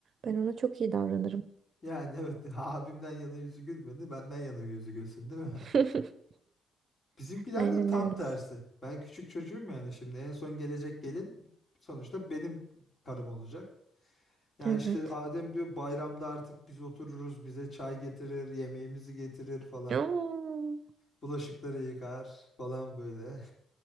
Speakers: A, on the right; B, on the left.
A: Ben ona çok iyi davranırım.
B: <laughs> yani evet abimden yana yüzü gülmedi benden yana yüzü gülsün değil mi <laughs>
A: <laughs>
B: bizimkiler
A: Aynen
B: de tam
A: öyle.
B: tersi ben küçük çocuğum yani şimdi en son gelecek gelin sonuçta benim karım olacak Ya
A: Evet.
B: işte Adem diyor bayramda artık biz otururuz bize çay getirir yemeğimizi getirir falan.
A: Oo.
B: Bulaşıkları yıkar falan böyle.